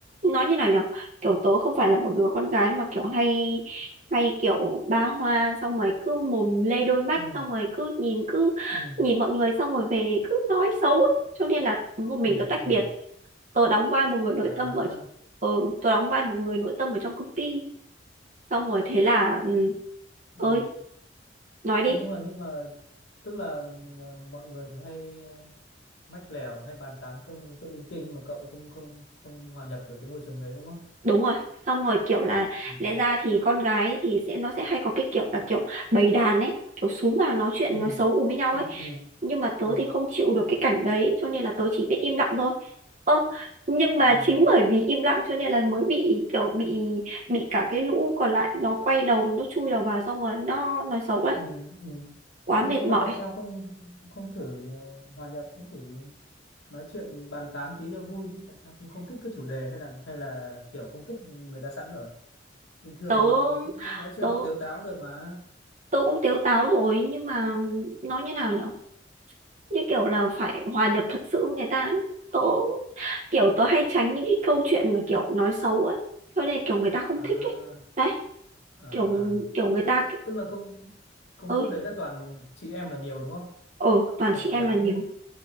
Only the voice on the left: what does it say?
ừ
ừ
ừ
ừ
à
tức là
cũng- ừ.
thế nhưng mà nhưng mà tức là ờ, mọi người thì hay ờ, mách lèo hay bàn tán công chuyện linh tinh mà cậu không không không hòa nhập được cái môi trường đấy đúng không
ừ
ừ
ừ
ừ
ừ,
ừ.
ừ, ừ.
nhưng
nhưng
mà tại sao không không thử ờ, hòa nhập không thử nói chuyện bàn tán tí cho vui chứ tại sao không không thích cái chủ đề hay là hay là kiểu không thích người ta sẵn rồi bình thường
cũng cũng nói chuyện
tếu táo cũng được mà
à,
à,
à.
tức
tức là công công
chốt đấy là toàn chị em là nhiều đúng không
toàn
con
gái
đúng không